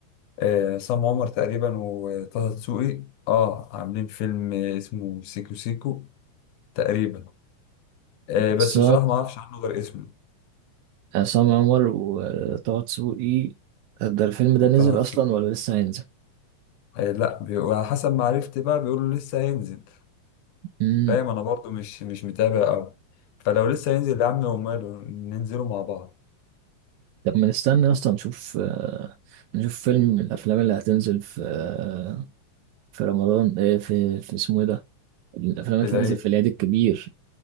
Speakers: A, on the left; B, on the right.
A: آه عصام عمر تقريبا وطه دسوقي اه عاملين فيلم آه، اسمه سيكو سيكو تقريبا آه،
B: بس
A: بس بصراحة ما اعرفش عنه غير اسمه
B: عصام عمر وطه دسوقي آه، ده الفيلم ده
A: وطه
B: نزل
A: دسوقي
B: اصلا ولا لسه هينزل
A: آه، لا بي- وعلى حسب ما عرفت بقى بيقولوا لسه هينزل
B: امم
A: فاهم انا برضو مش مش متابع قوي فلو لسه هينزل يا عم وماله ننزلوا مع بعض
B: طب ما نستنى اصلا نشوف آه، نشوف فيلم من الافلام اللي هتنزل في آه، في رمضان ايه في في اسمه ايه ده الافلام اللي
A: في العيد
B: هتنزل في العيد الكبير